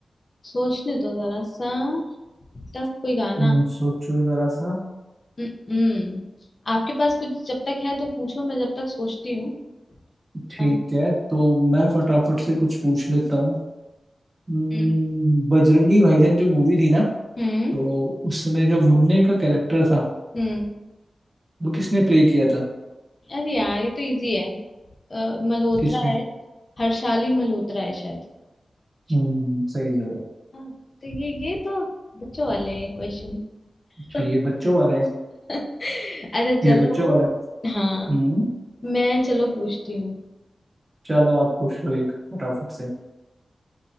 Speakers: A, on the left (about 40°); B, on the right (about 25°).
A: सोचने दो जरा सा टफ कोई गाना
B: हम्म, सोचो जरा सा
A: हम्म हम्म। आपके पास कुछ जब तक है तो पूछो मैं जब तक सोचती हूँ
B: ठीक
A: अ,
B: है तो मैं फटाफट से कुछ पूछ लेता हूँ हम्म,
A: हम्म
B: बजरंगी भाईजान जो मूवी थी ना
A: हम्म
B: तो उसमें जो मुन्ने का कैरेक्टर था
A: हम्म।
B: वो किसने प्ले किया था
A: अरे यार ये तो इजी है अ, मल्होत्रा
B: किसने
A: है हर्षाली मल्होत्रा है शायद
B: हम्म सही जवाब
A: हाँ, तो ये ये तो बच्चों वाले हैं क्वेश्चन
B: अच्छा
A: <laughs>
B: ये बच्चों वाला है
A: अच्छा चलो
B: ये बच्चों वाला है।
A: हाँ
B: हम्म
A: मैं चलो पूछती हूँ
B: चलो आप पूछ लो एक फटाफट से